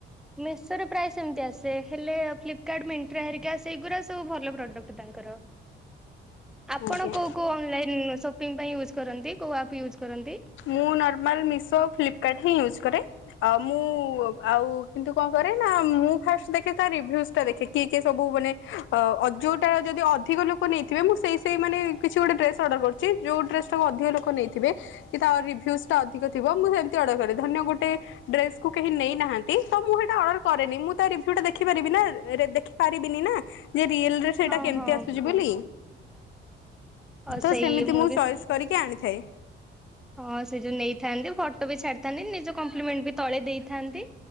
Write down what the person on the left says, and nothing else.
<inaudible>
ଆଜ୍ଞା।
ମୁଁ ନର୍ମାଲ ମେଶୋ ଫ୍ଲିପକାର୍ଟ ହିଁ ୟୁଜ୍ କରେ। ଆ ମୁଁ ଆଉ କିନ୍ତୁ କଣ କରେ ନା ମୁଁ ଫାଷ୍ଟ ଦେଖେ ତା ରିଭ୍ୟୁଜ ଦେଖିକି କିଏ କିଏ ସବୁ ମାନେ ଅ ଯୋଉଟା ଯଦି ଅଧିକ ଲୋକ ନେଇଥିବେ ମୁଁ ସେଇ ସେଇ ମାନେ କିଛି ଗୋଟେ ଡ୍ରେସ ଅର୍ଡର କରୁଛି ଯୋଉ ଡ୍ରେସ ଟାକୁ ଅଧିକ ଲୋକ ନେଇଥିବେ କି ତାର ରିଭ୍ୟୁଜଟା ଅଧିକ ଥିବ ମୁଁ ସେମିତି ଅର୍ଡ଼ର କରେ ଧରି ନିଅ ଗୋଟେ ଡ୍ରେସକୁୁ କେହି ନେଇନାହାନ୍ତି ତ ମୁଁ ସେଟା ଅର୍ଡର କରେନି ମୁଁ ତା ରିଭ୍ୟୁଜ ଦେଖିପାରିବି ନା ପାରିବିନି ନା ଯେ ରିଏଲରେ ସେଇଟା
କେମତି
ଆସୁଛି
ବୋଲି
ତ
ସେମିତି ମୁଁ
ଚଏସ୍
କରିକି ଆଣିଥାଏ।